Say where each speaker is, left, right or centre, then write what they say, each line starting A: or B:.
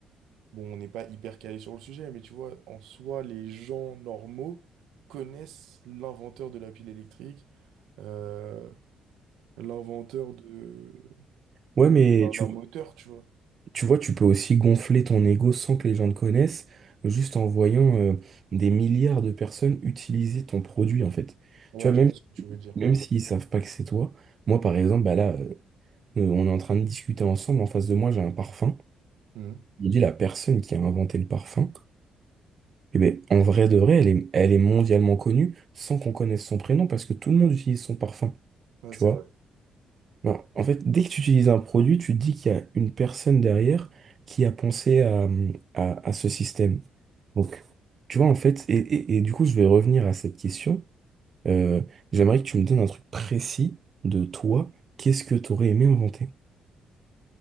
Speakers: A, on the right; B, on the right.
A: Bon, on n'est pas hyper calé sur le sujet, mais tu vois, en soi, les gens normaux connaissent l'inventeur de la pile électrique, euh, l'inventeur de,
B: Ouais,
A: de-
B: mais
A: d'un
B: tu,
A: d'un moteur, tu vois.
B: tu vois, tu peux aussi gonfler ton ego sans que les gens le connaissent, juste en voyant euh, des milliards de personnes utiliser ton produit en fait.
A: Ouais,
B: Tu vois,
A: je
B: même
A: vois ce que tu veux dire.
B: Même s'ils savent pas que c'est toi, moi par exemple, bah là, euh, euh, on est en train de discuter ensemble, en face de moi j'ai un parfum.
A: Mhm.
B: Je dis la personne qui a inventé le parfum, eh ben, en vrai de vrai, elle est, elle est mondialement connue sans qu'on connaisse son prénom parce que tout le monde utilise son parfum,
A: Ouais,
B: tu
A: c'est
B: vois.
A: vrai.
B: Non, en fait, dès que tu utilises un produit, tu te dis qu'il y a une personne derrière qui a pensé à, à, à ce système. Donc, tu vois, en fait, et, et et du coup, je vais revenir à cette question. Euh, j'aimerais que tu me donnes un truc précis de toi. Qu'est-ce que tu aurais aimé inventer?